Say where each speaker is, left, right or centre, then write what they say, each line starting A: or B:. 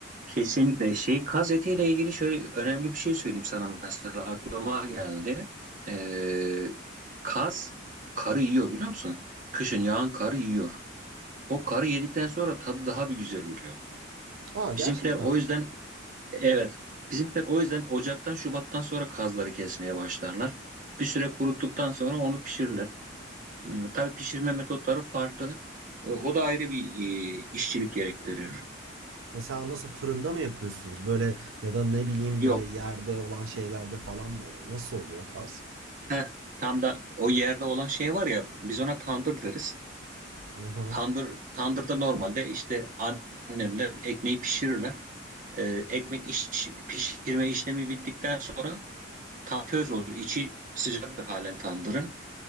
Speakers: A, on the right; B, on the right.
A: Kesinlikle şey kaz etiyle ilgili şöyle önemli bir şey söyleyeyim sana mesela aklıma geldi. Ee, kaz karı yiyor biliyor musun? Kışın yağan karı yiyor. O karı yedikten sonra tadı daha bir güzel oluyor.
B: Aa gerçekten
A: Bizimkiler o
B: mi?
A: yüzden evet bizimkiler o yüzden Ocak'tan Şubat'tan sonra kazları kesmeye başlarlar. Bir süre kuruttuktan sonra onu pişirirler. Hmm, tabii pişirme metotları farklı. E, O da ayrı bir e, işçilik gerektiriyor.
B: Mesela nasıl fırında mı yapıyorsunuz? Böyle ya da ne bileyim
A: Yok
B: böyle yerde olan şeylerde falan mı oluyor? Nasıl oluyor kaz?
A: Heh, tam da o yerde olan şey var ya biz ona tandır deriz.
B: Hı hı.
A: Tandır, tandırda normalde işte annemler ekmeği pişirirler. Ee, ekmek iş, pişirme işlemi bittikten sonra tam köz olur. İçi sıcaktır halen tandırın.